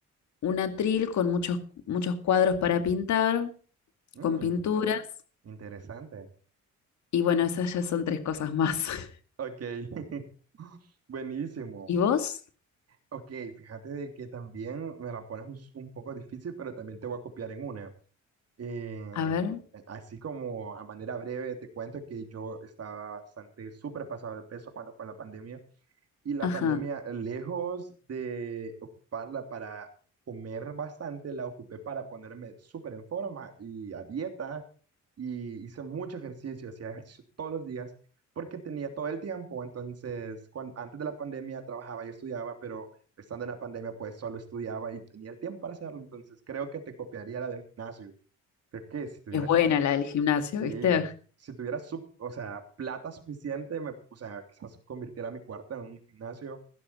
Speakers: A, on the left; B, on the right.
A: un atril con muchos, muchos cuadros para pintar,
B: Mm,
A: con pinturas.
B: interesante.
A: Y bueno, esas ya son tres cosas más. <laughs>
B: Ok. <laughs> Buenísimo.
A: ¿Y vos?
B: Ok, fíjate de que también me la pones un, un poco difícil, pero también te voy a copiar en una. Eh,
A: A ver,
B: así como a manera breve te cuento que yo estaba bastante súper pasado de peso cuando fue la pandemia. Y la
A: ajá.
B: pandemia, lejos de ocuparla para comer bastante, la ocupé para ponerme súper en forma y a dieta. Y hice mucho ejercicio, hacía ejercicio todos los días porque tenía todo el tiempo. Entonces, cuan- antes de la pandemia trabajaba y estudiaba, pero estando en la pandemia, pues solo estudiaba y tenía el tiempo para hacerlo. Entonces, creo que te copiaría la del gimnasio. Creo que si tuviera
A: Es buena
B: como,
A: la del gimnasio,
B: sí,
A: ¿viste?
B: si tuviera, sub- o sea, plata suficiente, me, o sea, quizás convirtiera mi cuarto en un gimnasio